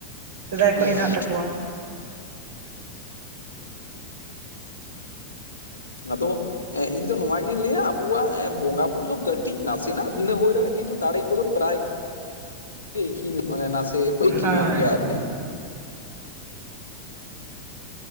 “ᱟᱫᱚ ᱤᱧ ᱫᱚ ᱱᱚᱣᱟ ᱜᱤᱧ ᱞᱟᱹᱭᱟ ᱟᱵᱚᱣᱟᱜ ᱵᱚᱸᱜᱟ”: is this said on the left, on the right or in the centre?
Left